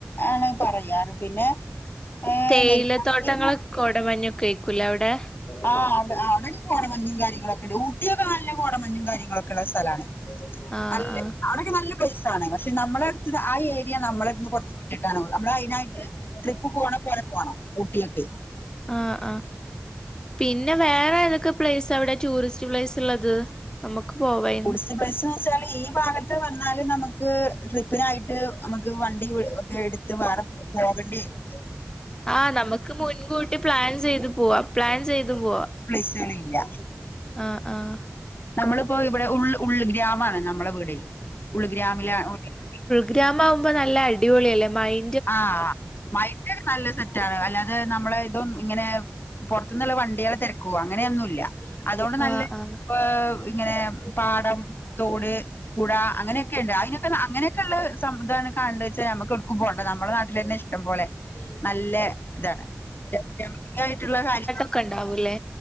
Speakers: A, on the left (about 50°); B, on the left (about 15°).
A: ആണ് പറയാറ് പിന്നെ ഏഹ്
B: തേയില
A: നെല്ലിയാമ്പതി
B: തോട്ടങ്ങളൊ കൊടമഞ്ഞൊക്കെ ആയികുംലെ അവിടെ
A: ആഹ് അവിടെ അവിടെ കോടമഞ്ഞും കാര്യങ്ങളൊക്കെ ഉണ്ട് ഊട്ടിയൊക്കെ നല്ല കോടമഞ്ഞും കാര്യങ്ങളൊക്കെ ഒള്ള സ്ഥലാണ്
B: ആഹ്
A: അല്ലെ
B: ആഹ്
A: അതോക്കെ നല്ല പ്ലേസ് ആണ് പക്ഷെ നമ്മള അടുത്ത് ആ ഏരിയ നമ്മളെടുന്ന് കൊറച്ച് വിട്ടിട്ടാണ് നമ്മൾ അയിനായിട്ട് ട്രിപ്പ് പോണ പോലെ പോകണം ഊട്ടിയൊക്കെ
B: ആഹ് ആഹ് പിന്നെ വേറെ ഏതൊക്കെ പ്ലേസ് അവിടെ ടൂറിസ്റ്റ് പ്ലേസ് ള്ളത് നമുക്ക് പോവായിരുന്നു
A: പക്ഷേ ബസ്ന്ന് വച്ചാല് ഈ ഭാഗത്ത് വന്നാല് നമുക്ക് ട്രിപ്പിനായിട്ട് നമുക്ക് വണ്ടി ഒ ഒക്കെ എടു ട്ട് വേറെ പോകേണ്ടിവരും
B: ആഹ് നമുക്ക് മുൻകൂട്ടി പ്ലാൻ ചെയ്തു പൂവാ പ്ലാൻ ചെയ്തു പൂവാ
A: പ്ലേയ്സ്ണ്ല്ല.
B: ആഹ് ആഹ്.
A: നമ്മളിപ്പോ ഇവിടെ ഉൾ ഉൾഗ്രാമാണ് നമ്മള്ളെ വീടേയ് ഉൾഗ്രാമിലാ <unintelligible>
B: ഗ്രാമാവുമ്പോനല്ല അടിപൊളിയല്ലേ മൈയ്
A: ആഹ് മൈൻഡ് ക്കെ നല്ല <unintelligible> റ്റാണ് അല്ലാതെ നമ്മള് ഇതൊന്ന് ഇങ്ങനെ പൊർത്ത്ന്ന്ള്ള വണ്ടിയാളെ തെരക്കുംവഅങ്ങനെയൊന്നുല്ല. അതോണ്ട് നല്ല
B: ആഹ്
A: ഇപ്പൊ
B: ആഹ്
A: ഇങ്ങനെ പാടം തോട്, പുഴ അങ്ങനെയെക്കെയ്ണ്ട് അയ്നൊക്കെ അങ്ങനെയെക്ക്ള്ള് സംവിധാനം കണ്ടെച് നമ്മക് എട്ക്കും പോ ണ്ട നമ്മളെ നാട്ടിലെന്നെ ഇഷ്ടം പോലെ നല്ല താണ് <unintelligible> യിട്ട കാര്യങ്ങ
B: ക്കെ ണ്ടാവുല്ലേ